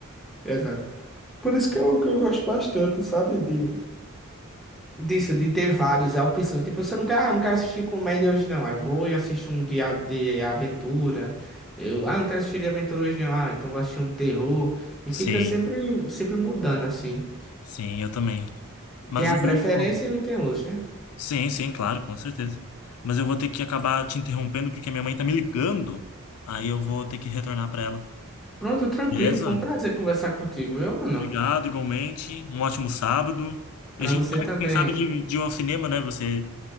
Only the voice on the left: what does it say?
Sim,
sim, eu também. Mas
eu
vou...
Sim, sim, claro, com certeza. Mas eu vou ter que acabar te interrompendo porque a minha mãe tá me ligando. Aí eu vou ter que retornar para ela.
Beleza?
Obrigado, igualmente. Um ótimo sábado.
E a gente
marca,
quem sabe, de, de ir ao cinema, né? Você,